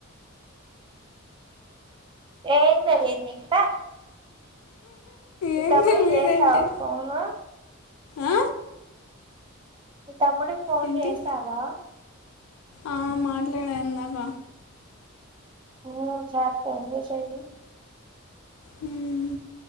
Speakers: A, on the right; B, on the left.
A: ఏం తెలీదు నీకు ప్. మీ
B: ఏం
A: తమ్మి
B: తెలియదేంటి
A: చేసావా ఫోను.
B: ఆ?
A: మి తమ్ముడి ఫోన్
B: ఏంటి
A: చేసావా.
B: ఆ మాట్లాడా ఇందాక.
A: నువ్వు చాట్ ఎందుకు చెయ్యవు.
B: మ్మ్.